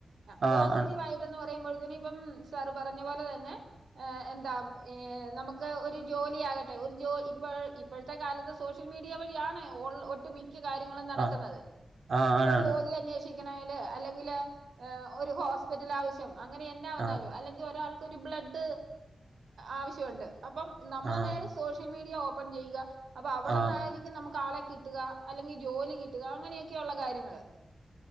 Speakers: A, on the right (about 80°); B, on the right (about 60°).
A: ആ
B: ആഹ്
A: പോസിറ്റീവ്
B: ആണ്
A: ആയി ന്ന് പറയുമ്പൾക്ക്‌ന് ഇപ്പം സാറ് പറഞ്ഞ പോലെ തന്നെ ഏ എന്താ ഏ നമുക്ക് ക്കെ ഒരു ജോലിയാകട്ടെ ഒരു ജോ ഇപ്പൾ ഇപ്പഴത്തെ കാലത്ത് സോഷ്യൽ മീഡിയ വഴിയാണ് ഓൾ ഒട്ട് മിക് ക്ക കാര്യങ്ങളും നടക്കുന്നത്
B: ആഹ് ആഹ് ആണാണ്
A: പ്പ ജോലി അന്നേഷ് ക്കണേല് അല്ലെങ്കിൽ ഒരു ഹോസ്പിറ്റൽ ആവശ്യം അങ്ങനെ എന്നാ വന്നാലും
B: ആഹ്
A: അല്ലെങ്കിൽ ഒരാൾക്ക് ഒരു ബ്ലഡ് ആവശ്യമുണ്ട് അപ്പം നമ്മൾ
B: ആഹ്
A: നേരെ സോഷ്യൽ മീഡിയ ഓപ്പൺ ചെയ്യുക അപ്പൊ അവിടന്നായിരിക്കും
B: ആഹ്
A: നമുക്ക് ആളെ കിട്ടുക അല്ലെങ്കി ജോലി കിട്ടുക അങ്ങനെയൊക്കെയള്ള കാര്യങ്ങള്